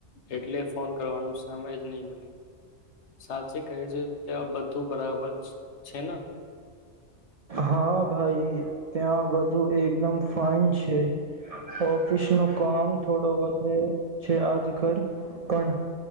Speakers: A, on the left; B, on the right.
A: એટલે ફોન કરવાનું સમય જ નહી મળ્યું. સાચે કહેજે ત્યાં બધું બરાબર છ છે ને
B: હા ભાઈ ત્યાં બધું એક દમ ફાઇન છે. ઓફિસનું કામ થોડો વધે તે આજકલ પણ